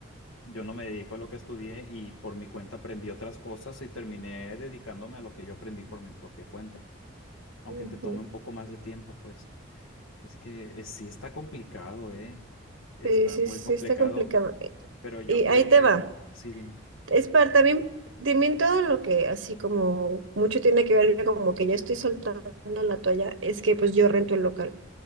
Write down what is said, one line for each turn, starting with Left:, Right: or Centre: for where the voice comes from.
Left: Yo no me dedico a lo que estudié y por mi cuenta aprendí otras cosas y terminé dedicándome a lo que yo aprendí por mi propia cuenta, aunque
Right: ujú.
Left: te tome un poco más de tiempo, pues. Es que eh, sí está complicado, ¿eh? Está
Right: Sí, sí,
Left: muy
Right: sí,
Left: complicado,
Right: está complicado. Eh,
Left: pero yo
Right: Y
Left: creo
Right: ahí te
Left: que
Right: va.
Left: sí, dime.
Right: Es para también, también todo lo que así como mucho tiene que ver como que ya estoy soltando la toalla, es que pues yo rento el local